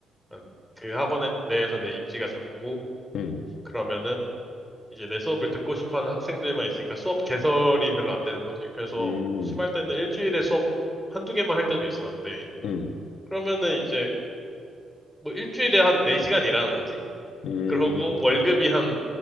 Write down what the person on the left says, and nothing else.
음,
음,
음,
음,